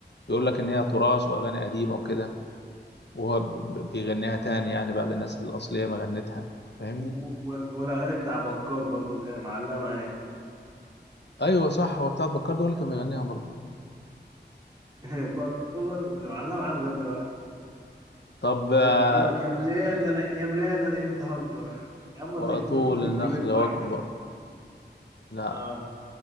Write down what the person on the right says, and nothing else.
و- وال- والاغاني بتاع بكار برضه كان معلمه معايا
<laughs> بكار معلمه معايا لغايه دلوقتي
يقول لك يا بلاد انا يا بلاد انا امتى هكبر يا عم
تكبر اديك
كبرت
وعجزت
اه